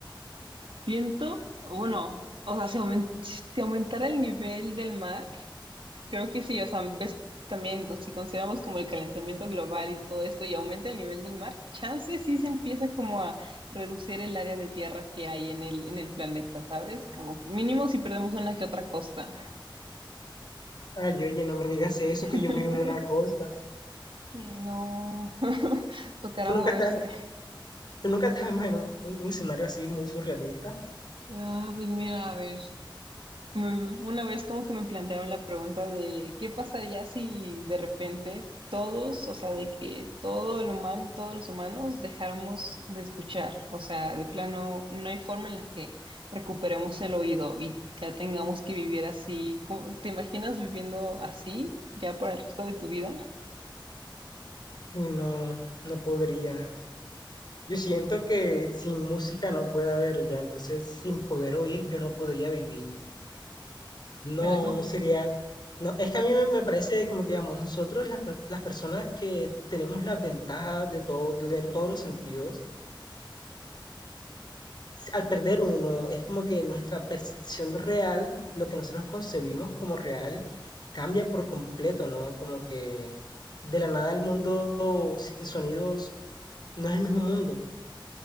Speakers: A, on the right; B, on the left.
A: siento, o bueno, o sea, si, aumen- si aumentara el nivel del mar, creo que sí, o sea, ves también, pues, si consideramos como el calentamiento global y todo esto, y aumenta el nivel del mar, chance sí se empieza como a reducir el área de tierra que hay en el, en el planeta, ¿sabes? Como mínimo si perdemos una que otra costa.
B: Ay, oye, no me digas eso,
A: <laughs>
B: que yo vivo en una costa.
A: Sí, no, <laughs> tocará
B: ¿Tú nunca
A: moverse.
B: te has, tú nunca te has imaginado un un escenario así muy surrealista?
A: Ah, pues mira, a ver. Mm, Una vez como que me plantearon la pregunta de qué pasaría si de repente todos, o sea, de que todo el humano, todos los humanos dejáramos de escuchar, o sea, de plano no hay forma en la que recuperemos el oído y ya tengamos que vivir así. ¿Cómo- te imaginas viviendo así ya por el resto de tu vida?
B: Uy, no, no podría. Yo siento que sin música no puede haber ya, entonces sin poder oír yo no podría vivir. No,
A: Será complicado.
B: no sería, no, es que a mí me, me parece como que digamos, nosotros las, per- las personas que tenemos las ventajas de todo, de tener todos los sentidos, si, al perder uno, es como que nuestra percepción real, lo que nosotros concebimos como real, cambia por completo, ¿no? Como que de la nada el mundo sin sonidos no es el mismo mundo,